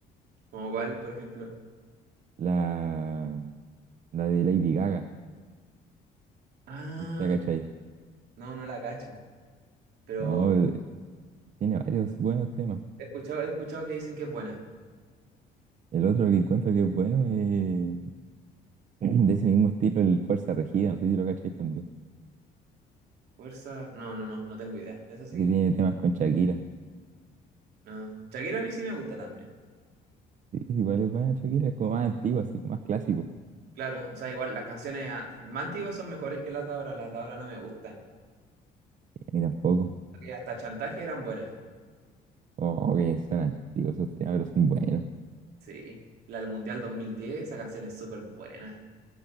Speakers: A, on the right (about 75°); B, on the right (about 45°).
A: ¿Como cuál, por ejemplo?
B: La, la de Lady Gaga,
A: Ah,
B: no sé si la cachai.
A: no, no la cacho. Pero
B: No, eh, tiene varios buenos temas.
A: he escuchado, he escuchado que dicen que es buena.
B: El otro que encuentro que es bueno es <clears throat> de ese mismo estilo, el Fuerza Regida, no sé si lo cacháis también,
A: Fuerza, no, no, no, no tengo idea. Esa sí,
B: que tiene temas con Shakira.
A: no. Shakira a mí sí me gusta también.
B: Sí, igual es buena Shakira, es como más antiguo, así como más clásico.
A: Claro, o sea, igual las canciones ah, más antiguas son mejores que las de ahora, las de ahora no me gustan.
B: Ni tampoco.
A: Que hasta Chantaje eran buenas.
B: Oh, que son antiguos esos temas, pero son buenos.
A: Sí, la del Mundial 2010, esa canción es súper buena.